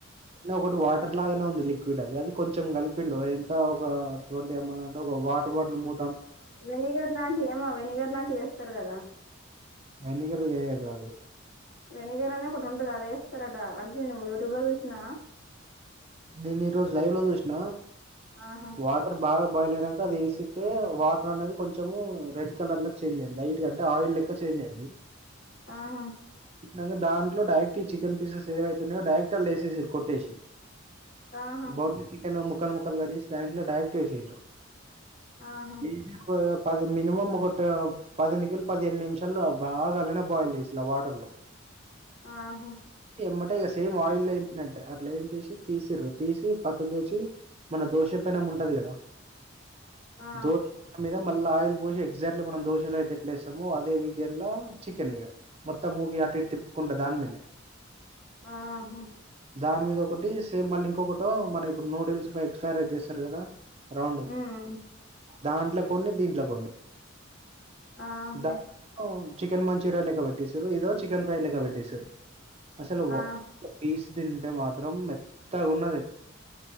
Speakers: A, on the right; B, on the left.
A: ఒకటి వాటర్ లాగానే ఉంది లిక్విడ్ అది, అది కొంచెం కలిపిండు ఎంత ఒక ట్వంటీ ఎమ్ ఎల్ అంటే ఒక వాటర్ బాటిల్ మూ
B: వెనిగర్ లాంటివి ఏమో వెనిగర్ లాంటివి చేస్తారు కదా
A: ఎన్నిగంట్లకి జరుగుతది
B: వెనిగర్ అనీ ఒకటి ఉంటది అది ఏస్తారట అంటే నేను యూట్యూబ్ లో జూసినా
A: నేను ఈ రోజు లైవ్ లో చూసిన
B: ఆహా
A: వాటర్ బాగా బాయిల్ అయనంక అది ఏస్ గితే వాటర్ అనేది కొంచెము రెడ్ కలర్ లో చేంజ్ అయింది లైట్ గా అంటే ఆయిల్ లెక్క చేంజ్ అయ్యింది.
B: ఆహా
A: ఇంగ దాంట్లో డైరెక్ట్ ఈ చికెన్ పీసెస్ ఏవైతే ఉన్నాయో డైరెక్ట్ గా అన్ లో యేసేసిర్రు కొట్టేసి
B: ఆహా
A: బోన్లీ చికెను ముక్కల్ ముక్కల్ కట్ చేసి దాంట్ డైరెక్ట్ వేసిండ్రు
B: ఆహా
A: ఈ కొ పది మినిమం ఒకటి పదినికిల్ పదిహేను నిమిషాలు బాగా ఆలనే బాయిల్ చేసిలా వాటర్ లో
B: ఆహ
A: ఎమ్మటే ఇగ సేమ్ ఆయిల్ ఎంపినట్టే అట్ల ఎంపేసి తీసిర్రు తీసి పక్క కేసి మన దోషం పెనం ఉంటది కదా
B: ఆ
A: దో మీద మళ్ళా ఆయిల్ పోసి ఎగ్జాక్ట్లీ మనం దోశలు అయితే ఎట్లే ఏస్తామో అదే వికెన్ల చికెన్ ఇగ మొత్తం మూగి అటు ఇటు తిప్పుకుంటా దాని మీదే
B: ఆహా
A: దాని మీద ఒకటి సేమ్ మళ్ళీ ఇంకొకటో మన ఇప్పుడు నూడిల్స్ ఎగ్ ఫ్రైడ్ రైస్ చేస్తారు కదా రౌండ్
B: ఉమ్
A: దాంట్లో కొన్ని దీంట్లో కొన్ని
B: ఆహా
A: ద ఆ చికెన్ మంచూరియా లెక్క పెట్టశరు ఏదో చికెన్ ఫ్రై లెక్క పెట్టసరు అసలు వా
B: ఆహ్
A: యిస్ తింటే మాత్రం మెత్ త్తగున్నది